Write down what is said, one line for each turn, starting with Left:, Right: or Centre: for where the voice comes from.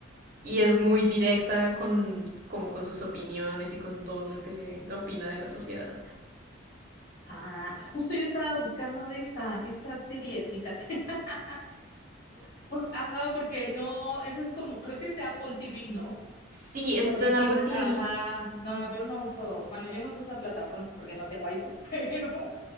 Right: Y es muy directa con, como con sus opiniones y con todo lo que le opina de la sociedad.
Left: ah, justo yo estaba buscando esa, esa serie, fíjate. <laughs> Por- ajá, porque no, eso es como, creo que es de Apple TV, ¿no?
Right: Sí, eso
Left: Origen,
Right: está en Apple TV.
Left: ajá, no, yo no uso, bueno, yo no uso esa plataforma porque no tengo iPhone, <laughs> pero